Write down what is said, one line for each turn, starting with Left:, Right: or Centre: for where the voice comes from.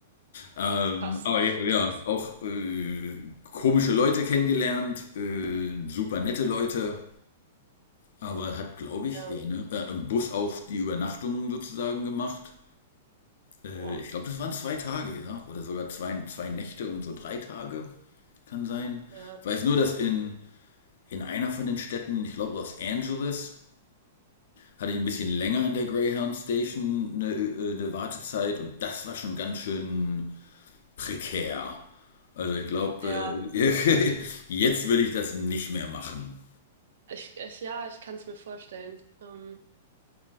Left: Ähm,
Right: Krass,
Left: aber ja, ja
Right: krass.
Left: auch äh, komische Leute kennengelernt, äh, super nette Leute, aber hat, glaube ich,
Right: Ja,
Left: ja, ne, äh, im Bus auch die Übernachtungen sozusagen gemacht. Äh,
Right: oh,
Left: ich glaube, das waren zwei Tage, ja, oder sogar zwei, zwei Nächte und so drei Tage, kann sein.
Right: ja,
Left: Ich weiß nur, dass in, in einer von den Städten, ich glaube Los Angeles, hatte ich ein bisschen länger in der Greyhound Station eine, äh, eine Wartezeit und das war schon ganz schön prekär. Also ich glaube,
Right: ja,
Left: äh, <laughs> jetzt würde ich das nicht mehr machen.
Right: ich, ich, ja, ich kann es mir vorstellen. Ähm,